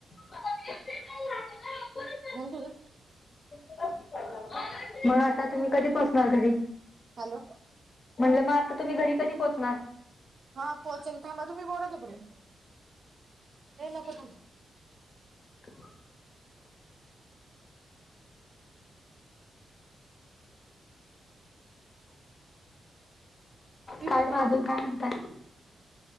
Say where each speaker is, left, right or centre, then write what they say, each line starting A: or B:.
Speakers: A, on the left (about 45°); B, on the right (about 50°).
A: <unintelligible>
B: झाल तुला
A: <unintelligible> मग आता तुम्ही मग आता कधी पोहोचणार घरी,
B: हॅलो
A: म्हटलं मग आता तुम्ही घरी कधी पोहोचणार?
B: हा पोचलन थांबा तुम्ही बोला तोपर्यंत, नाही नको थांब
A: <inaudible> <inaudible> <unintelligible>
B: वीस
A: काय
B: रुपये
A: मग अजून काय म्हणताय?